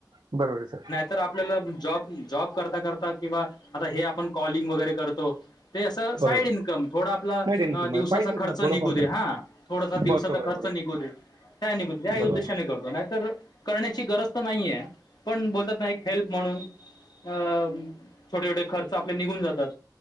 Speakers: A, on the right; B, on the left.
A: बरोबर आहे सर.
B: तर आपल्याला जॉब जॉब करता करता किंवा आता हे आपण कॉलिंग वगैरे करतो. ते असं साईड
A: बरोबर आहे
B: इन्कम थोडा आपला
A: नाही डेन
B: अ
A: कुमार
B: दिवसाचा
A: पाहिजेच
B: खर्च
A: ना थोडंफार
B: निघू दे
A: तरी
B: हा. थोडासा
A: बरोबर
B: दिवसाचा खर्च
A: आहे बरोबर
B: निघू दे ह्या आणि काय निघूते याही
A: बरोबर
B: उद्देशाने करतो नाहीतर करण्याची गरज तर नाही आहे पण बोलतात ना एक हेल्प म्हणून अम छोटे छोटे खर्च आपले निघून जातात